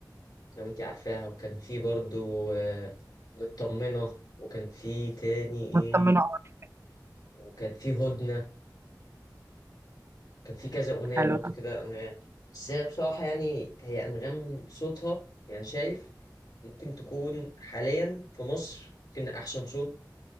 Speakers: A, on the left; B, on the right.
A: لو أنت عارفاها وكان في برضو آه، مطمنة وكان في تاني إيه
B: مطمنة أوي.
A: وكان في هدنة كان في كذا أغنية
B: حلو
A: برضو
B: ده
A: كده أنغام بس هي بصراحة يعني هي أنغام صوتها يعني شايف ممكن تكون حاليا في مصر ممكن أحسن صوت